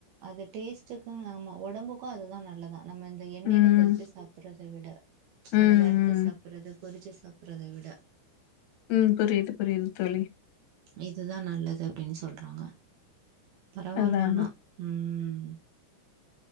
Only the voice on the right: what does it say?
அது டேஸ்ட்டுக்கு ஆமா ஒடம்புக்கு அதுதா நல்லதா நம்ம எண்ணெய்யில
பொறிச்சு சாப்றத விட
அந்த வருத்து
சாப் சாப்ட்றது பொறிச்சு சாப்ட்றத விட
இதுதா நல்லது அப்டின் சொல்றாங்க பரவால்ல
ஆனா உம்